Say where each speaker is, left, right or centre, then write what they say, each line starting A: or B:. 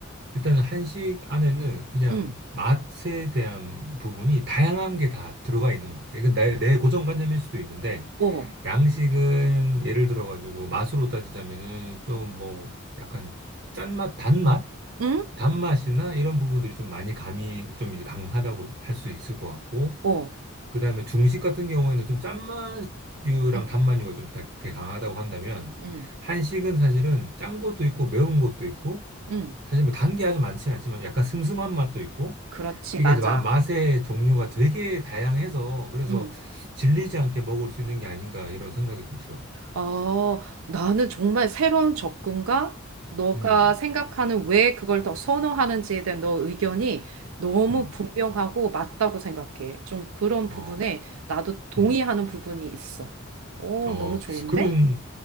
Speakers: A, on the right (about 55°); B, on the right (about 85°).
A: 일단은 한식 안에는 그냥
B: 응,
A: 맛에 대한 부분이 다양한 게 다 들어가 있는 것 같아요. 이건 내, 내 고정관념일 수도 있는데,
B: 어,
A: 양식은 예를 들어가지고 맛으로 따지자면은 좀 뭐 약간 짠맛, 단맛?
B: 응,
A: 단맛이나 이런 부분들이 좀 많이 감이 좀 이제 강하다고 할 수 있을 것 같고,
B: 어,
A: 그 다음에 중식 같은 경우에는 좀 짠맛류랑
B: 응,
A: 단맛류가 좀 다- 되게 강하다고 한다면,
B: 응,
A: 한식은 사실은 짠 것도 있고 매운 것도 있고
B: 응.
A: 사실 뭐 단 게 아주 많지는 않지만 약간 슴슴한 맛도 있고
B: 그렇지,
A: 이게
B: 맞아.
A: 이제 마- 맛의 종류가 되게 다양해서 그래서
B: 응.
A: 질리지 않게 먹을 수 있는 게 아닌가 이런 생각이 좀 들어.
B: 어, 나는 정말 새로운 접근과 너가
A: 음,
B: 생각하는 왜 그걸 더 선호하는지에 대한 너 의견이 너무
A: 음,
B: 분명하고 맞다고 생각해. 좀 그런 부분에
A: 어,
B: 나도 동의하는
A: 음,
B: 부분이 있어. 오,
A: 어.
B: 너무 좋은데?
A: 그러면